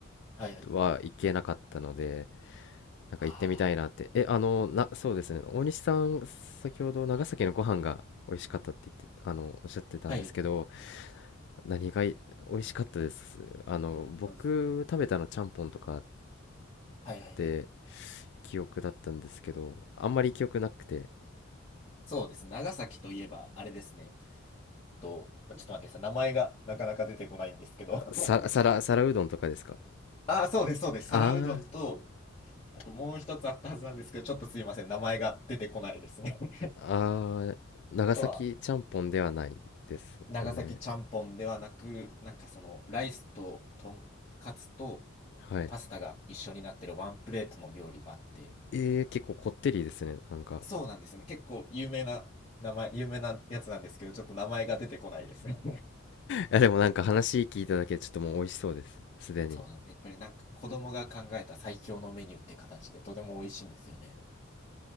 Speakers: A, on the left; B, on the left.
A: はいはい。
B: は行けなかったので、なんか行ってみたいなって。
A: あ
B: え、あの、な、そうですね。大西さん、先ほど長崎のご飯が美味しかったって言って、あの、おっしゃってたんですけど、
A: あ、はい。
B: 何がい美味しかったです。あの、僕食べたのちゃんぽんとかっ
A: まず、はいはい。
B: て記憶だったんですけど、あんまり記憶なくて、
A: そうですね。長崎といえば、あれですね。と、ちょっと待ってください。名前がなかなか出てこないんですけど。<laughs>
B: さ、皿、皿うどんとかですか
A: ああ、そうです、そうです。
B: あ
A: 皿うどんと、あともう一つあったはずなんですけど、ちょっとすいません。名前が出てこないですね。<laughs>
B: ーあー、長崎ちゃんぽんではないですよね。
A: あとは、長崎ちゃんぽんではなく、なんかそのライスととんかつと
B: はい。
A: パスタが一緒になってるワンプレートの料理があって、
B: えー、結構こってりですね。なんか。
A: そうなんですよね。結構有名な名前、有名なやつなんですけど、ちょっと名前が出てこないですね。
B: やでもなんか話聞いただけでちょっともう美味しそうですすでに
A: <laughs> そうなんです。やっぱりなんか子供が考えた最強のメニューって形でとても美味しいんですよね。